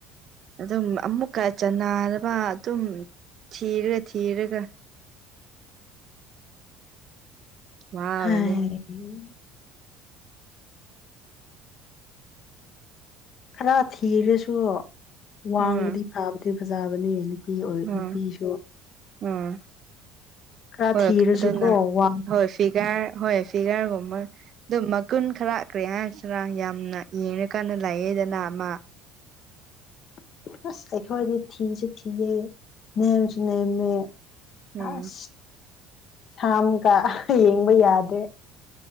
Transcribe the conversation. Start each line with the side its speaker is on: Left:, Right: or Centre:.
Right: ꯑꯗꯨꯝ ꯑꯃꯨꯛꯀ ꯆꯟꯅꯔꯕ ꯑꯗꯨꯝ ꯊꯤꯔ ꯊꯤꯔꯒ ꯋꯥꯕꯅꯦ
Left: ꯍꯥꯏ <unintelligible> ꯈꯔ ꯊꯤꯔꯁꯨ ꯋꯥꯡꯕꯗꯤ
Right: ꯎꯝ
Left: ꯐꯥꯕꯗꯤ ꯐꯖꯕꯅꯦ ꯅꯨ ꯅꯨꯄꯤ ꯑꯣꯏ
Right: ꯎꯝ
Left: ꯅꯨꯄꯤꯁꯨ
Right: ꯎꯝ
Left: ꯈꯔ
Right: ꯍꯣꯏ
Left: ꯊꯤꯔꯁꯨ
Right: ꯑꯗꯨꯅ
Left: ꯀꯣ ꯋꯥꯡ
Right: ꯍꯣꯏ ꯐꯤꯒꯔ ꯍꯣꯏ ꯐꯤꯒꯔꯒꯨꯝꯕ ꯑꯗꯨꯝ ꯃꯀꯨꯟ ꯈꯔ ꯀ꯭ꯔꯤ ꯍꯥꯏꯁꯤꯔ ꯌꯥꯝꯅ ꯌꯦꯡꯉꯀꯥꯟꯗ ꯂꯥꯛꯑꯦꯗꯅ ꯑꯃ
Left: <inaudible> ꯑꯁ ꯑꯩꯈꯣꯏꯗꯤ ꯊꯤꯁꯨ ꯊꯤꯌꯦ ꯅꯦꯝꯁꯨ ꯅꯦꯝꯃꯦ
Right: ꯎꯝ
Left: ꯑꯁ ꯁꯥꯝ ꯒ ꯌꯦꯡꯕ ꯌꯥꯗ꯭ꯔꯦ